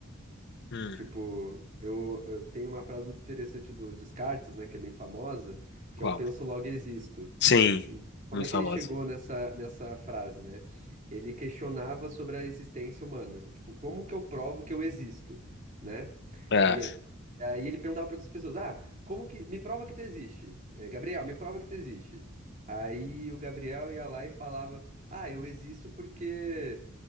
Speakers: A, on the left (about 55°); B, on the right (about 40°).
A: Hum,
B: Tipo, eu, eu tenho uma frase muito interessante do Descartes, né, que é bem famosa, que
A: qual?
B: é o penso logo existo.
A: Sim,
B: E como
A: muito
B: é que
A: famoso.
B: ele chegou nessa, nessa frase, né? Ele questionava sobre a existência humana. Tipo, como que eu provo que eu existo, né?
A: É,
B: E aí aí ele perguntava para outras pessoas: "Ah, como que me prova que tu existe? Eh, Gabriel, me prova que tu existe." Aí o Gabriel ia lá e falava: "Ah, eu existo porque,